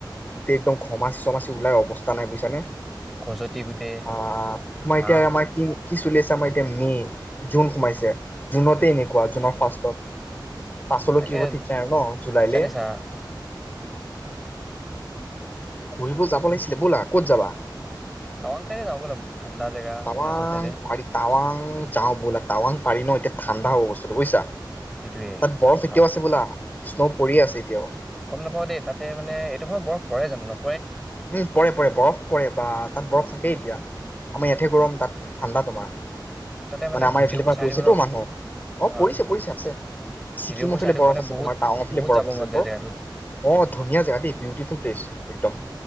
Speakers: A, on the left; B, in the centre.
A: গোটেই একদম ঘমাচি চমাচি ওলাই অৱস্থা নাই বুজো যেনে
B: খজতি গোটেই,
A: অ তোমাৰ
B: ঘাম
A: এতিয়া মাই কি কি চলি আছে আমাৰ এতিয়া মে জোন সোমাইছে জুনতেই
B: জোন সোমাইছে।
A: এনেকুৱা জুনৰ ফাৰ্ষ্টত পাছলৈ
B: তাকে
A: কি হ'ব ঠিক নাই আৰু ন জুলাইলে
B: জানিছা
A: ঘূৰিব যাব লাগিছিলে ব'লা ক'ত যাবা
B: টাৱাং চাইডে যাওঁ ব'লা ঠাণ্ডা জেগা
A: তাৱাং
B: অৰুণাচল চাইডে
A: পাৰি াৱাং যাওঁ বোলা াৱাং পাৰি ন এতিয়া ঠাণ্ডা অৱস্থা চৈছা তাত
B: সেইটোৱে।
A: বৰফ এতিয়াও
B: আহ,
A: আছে বোলা স্ন' পৰিয়ে আছে এতিয়াও
B: গম নাপাওঁ দেই তাতে মানে এইটো সময়ত বৰফ পৰে জানো ন
A: উম পৰে পৰে বৰফ পৰে বা তাত বৰফ থাকেই এতিয়া আমাৰ ইয়াতহে গৰম তাত ঠাণ্ডা তোমাৰ
B: তাতে
A: মানে আমাৰ
B: ভিডিঅ'বোৰ
A: এইফালে পৰা
B: চাই
A: পৰিছেতো
B: থাকো ন'
A: মানুহ আহ
B: অ'।
A: পৰিছে পৰিছে আছে ছিকিমৰ
B: ভিডিঅ'বোৰ চাই
A: ফালে
B: থাকো
A: বৰফ
B: মানে
A: আছে
B: বহুত
A: তোমাৰ টাাৱৰ ফালে
B: বহুত
A: বৰফ
B: যাব
A: আছে
B: মন যায়
A: বৰ
B: জেগাটোত
A: অ ধুনীয়া জেগা দেই বিউটিফুল প্লেচ একদম